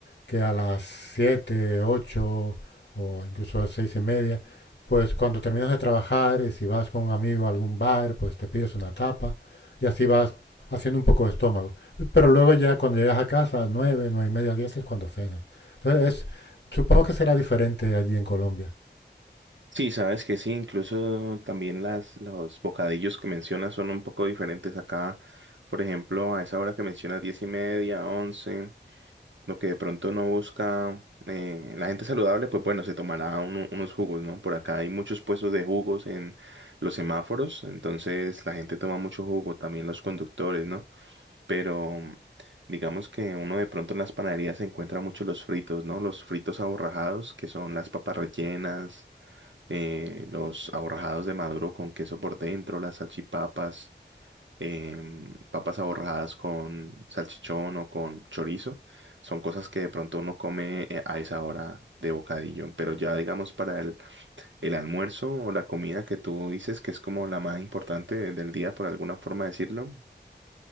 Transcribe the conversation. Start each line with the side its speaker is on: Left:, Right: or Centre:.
Left: que a las 7 8 o incluso seis y media, pues cuando terminas de trabajar y si vas con un amigo a algún bar, pues te pides una tapa y así vas haciendo un poco de estómago. Pero luego ya cuando llegas a casa, nueve, nueve y media, diez es cuando cenas. Entonces, es- supongo que será diferente allí en Colombia.
Right: Sí, sabes que sí, incluso también las, los bocadillos que mencionas son un poco diferentes acá. Por ejemplo, a esa hora que mencionas diez y media, once. Lo que de pronto no busca eh, la gente saludable, pues bueno, se tomará uno- unos jugos, ¿no? Por acá hay muchos puestos de jugos en los semáforos, entonces la gente toma mucho jugo, también los conductores, ¿no? Pero digamos que uno de pronto en las panaderías se encuentra mucho los fritos, ¿no? Los fritos aborrajados, que son las papas rellenas, eh, los aborrajados de maduro con queso por dentro, las salchipapas em, papas aborradas con salchichón o con chorizo. Son cosas que de pronto uno come eh, a esa hora de bocadillo, pero ya digamos para el, el almuerzo o la comida que tú dices que es como la más importante de- del día, por alguna forma decirlo,